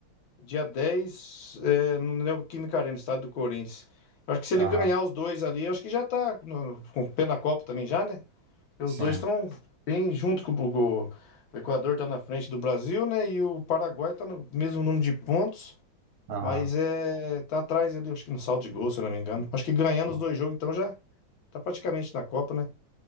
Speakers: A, on the left (about 70°); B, on the right (about 85°).
A: Dia 10, é, no Neoquímica Arena, estado do Corinthians. Eu acho que se ele
B: Aham.
A: ganhar os dois ali, eu acho que já tá no- com o pé na Copa também já, né? Porque
B: Sim.
A: os dois estão bem junto com o, com o Equador tá na frente do Brasil, né? E o Paraguai tá no mesmo número de pontos,
B: Aham.
A: mas é tá atrás ali, acho que no saldo de gol, se eu não me engano. Acho que ganhando
B: Sim.
A: os dois jogos, então já tá praticamente na Copa, né?